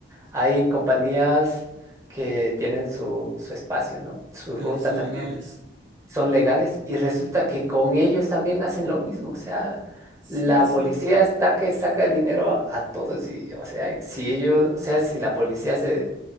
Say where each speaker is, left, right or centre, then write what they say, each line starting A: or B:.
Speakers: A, on the right; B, on the right.
A: hay compañías que tienen su, su espacio, ¿no? Su
B: O sea,
A: ruta
B: y son
A: también
B: legales.
A: son legales y resulta que con ellos también hacen lo mismo. O sea,
B: Sí,
A: la
B: es
A: policía
B: algo.
A: está que saca dinero a, a todos y, o sea, si ellos, o sea, si la policía hace,